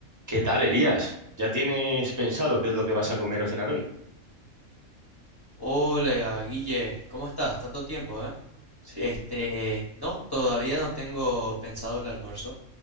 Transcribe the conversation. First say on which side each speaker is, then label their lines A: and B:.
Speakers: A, on the right (about 25°); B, on the left (about 25°).
A: ¿Qué tal, Elías? ¿Ya tienes pensado qué es lo que vas a comer o cenar hoy?
B: Hola, Guille, ¿cómo estás? Tanto tiempo, ¿eh?
A: Sí.
B: Este, no, todavía no tengo pensado el almuerzo.